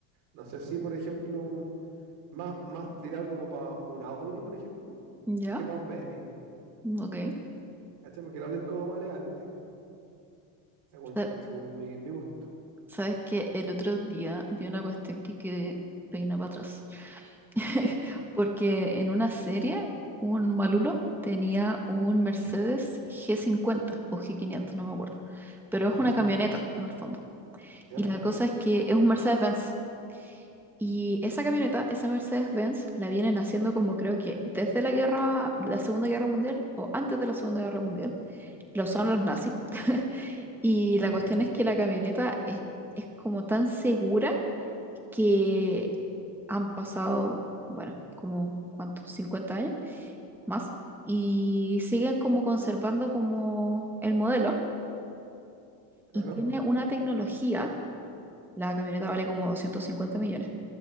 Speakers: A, on the right (about 70°); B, in the centre.
A: No sé si, por ejemplo, un- más, más tirado como para un Audi, por ejemplo,
B: Ya.
A: que para un BM.
B: Ok.
A: ¿Cachai? Porque el Audi es como más elegante, según,
B: Sa-
A: según mi, mi gusto.
B: Sabes que el otro día vi una cuestión que quedé peina para atrás. <laughs> Porque en una serie, un malulo tenía un Mercedes g cincuenta o g quinientos, no me acuerdo. Pero es
A: Ya,
B: una camioneta, en el fondo.
A: ya,
B: Y la cosa es que es un Mercedes-Benz. Y esa camioneta, esa Mercedes-Benz, la vienen haciendo como creo que desde la guerra, la Segunda Guerra Mundial o antes de la Segunda Guerra Mundial. Lo
A: ya,
B: son los nazis. <laughs> Y
A: ya,
B: la cuestión es que la camioneta es, es como tan segura que han pasado, bueno, como, ¿cuántos? 50 años más. Y siguen como conservando como el modelo.
A: claro.
B: Y tiene una tecnología, la camioneta vale como 250 millones,